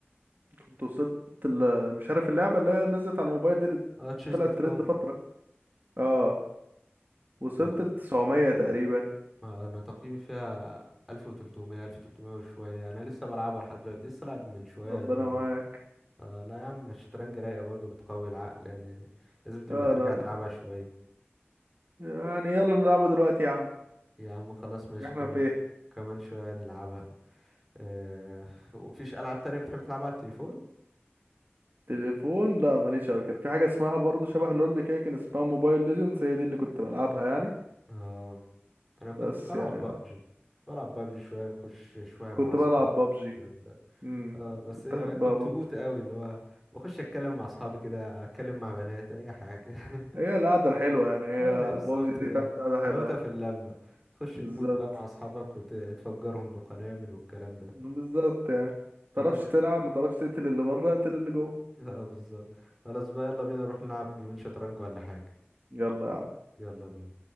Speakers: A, on the right; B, in the centre.
A: كنت وصلت ال- مش عارف اللعبة اللي هي نزلت على الموبايل دي اللي
B: اه تشيز
A: طلعت
B: دوت
A: ترند
B: كوم
A: فترة اه وصلت
B: آه،
A: ل 900 تقريبا
B: آه، انا تقييمي فيها 1300 1300 وشوية انا لسه بلعبها لحد دلوقتي لسه لعب من شوية
A: ربنا
B: دور
A: معاك
B: آه لا يا عم الشطرنج رايقة برضه بتقوي العقل يعني لازم تبقى
A: اه
B: ترجع
A: لا
B: تلعبها شوية
A: يعني يلا نلعبها دلوقتي يا عم
B: يا عم خلاص ماشي
A: احنا
B: كمان
A: في ايه
B: كمان شوية نلعبها آه وفيش ألعاب تانية بتحب تلعبها على التليفون؟
A: تليفون لا ماليش اوي كان في حاجة اسمها برضه شبه لول كده كان اسمها موبايل ليجندز هي دي اللي كنت بلعبها يعني
B: اه أنا كنت
A: بس
B: بلعب
A: يعني
B: بابجي بلعب بابجي شوية نخش شوية مع
A: كنت
B: أصحابي
A: بلعب بابجي
B: الكلام ده
A: امم
B: اه بس
A: كنت
B: ايه
A: احبها
B: لا كنت
A: برضه
B: بوت قوي اللي هو بخش اتكلم مع اصحابي كده اتكلم مع بنات اي حاجه <laughs>
A: هي القعدة الحلوة يعني هي
B: اه يا بالظبط
A: بابجي
B: يعني
A: دي بتاعت قعدة
B: حلاوتها
A: حلوة يعني
B: في اللمه تخش تموت
A: بالظبط
B: بقى مع اصحابك وتفجرهم بقنابل والكلام ده
A: بالظبط يعني متعرفش
B: خلاص
A: تلعب متعرفش تقتل اللي بره اقتل اللي جوه
B: اه بالظبط خلاص بقى يلا بينا نروح نلعب جيمين شطرنج ولا حاجة
A: يلا يا عم
B: يلا بينا